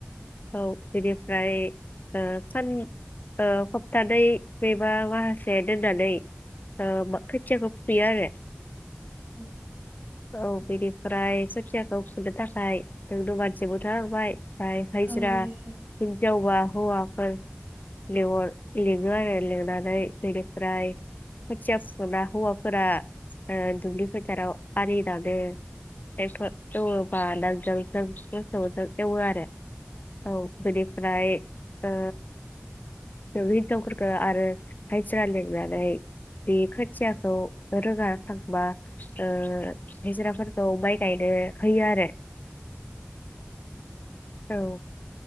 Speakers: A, on the left; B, on the right.
A: औ बेनिफ्राय ओ सान ओ खपतानै बेबा माहासे दोननानै ओम खोथियाखौ फुयो आरो।
B: ओं।
A: औ बिनिफ्राय खोथियाखौ फुनो थाखाय नोंनो मानसिबोथ नांबाय। ओमफ्राय हायज्रा
B: औ नंगौ नोंथां
A: हिनजाव बा हौवाफोर लिंहर लिंङो आरो लिंनानै बेनिफ्राय खोथिया फुखांना हौवाफोरा ओ दुब्लि फोथाराव। आलि दानो ट्रेक्टर दंङब नांगोलजों मोसौजों एवो आरो। औ बेनिफ्राय ओ हिनजावफोरखो आरो हायज्रा लिंनानै बे खोथियाखौ रोगा होखांबा ओ हाजिराफोरखौ माइ गायनो होयो आरो। औ